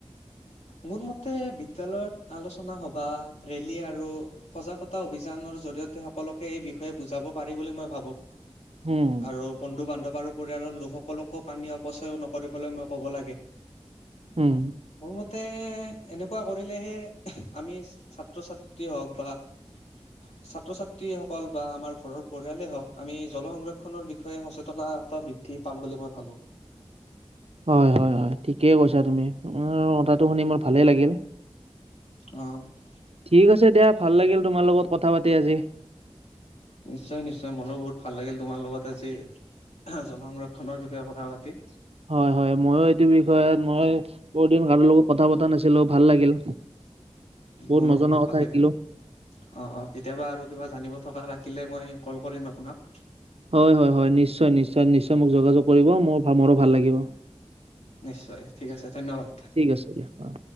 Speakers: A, on the left (about 85°); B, on the right (about 65°).
A: মোৰ মতে বিদ্যালয়ত আলোচনা সভা ৰেলী আৰু সজাগতা অভিযানৰ জৰিয়তে সকলোকে এই বিষয়ে বুজাব পাৰি বুলি মই ভাবোঁ।
B: হুম
A: আৰু বন্ধু বান্ধৱ আৰু পৰিয়ালৰ লোকসকলকো পানী অপচয় নকৰিবলৈ মই ক'ব লাগে।
B: উম।
A: মোৰ মতে এনেকুৱা কৰিলেহে আমি ছাত্ৰ ছাত্ৰী হওঁক বা। <unintelligible> ছাত্ৰ ছাত্ৰীসকল বা আমাৰ ঘৰৰ পৰিয়ালেই হওঁক আমি জল সংৰক্ষণৰ বিষয়ে সচেতন টা বি উঠি পাম বুলি মই ভাবোঁ।
B: হয়, হয়, হয় ঠিকেই কৈছা তুমি তাৰ কথাটো শুনি মোৰ ভালেই লাগিল।
A: অহ'
B: ঠিক আছে দিয়া, ভাল লাগিল তোমাৰ লগত কথা পাতি আজি।
A: নিশ্চয়, নিশ্চয় মোৰো বহুত ভাল লাগিল তোমাৰ লগত আজি জল সংৰক্ষণৰ বিষয়ে কথা পাতি।
B: হয়, হয় ময়ো এইটো বিষয়ত মই বহুত দিন কাৰো লগত কথা পতা নাছিলো ভাল লাগিল। বহুত
A: মোৰো
B: নজনা কথা
A: ভাল লাগিল
B: শিকিলোঁ।
A: অ' অ' কেতিয়াবা আৰু কিবা জানিব থকা থাকিলে মই কল কৰিম আপোনাক।
B: হয়, হয়, হয় নিশ্চয়, নিশ্চয়, নিশ্চয় মোক যোগ যোগ কৰিব মোৰ মোৰো ভাল লাগিব।
A: নিশ্চয় ঠিক আছে ধন্যবাদ।
B: ঠিক আছে দিয়া অ'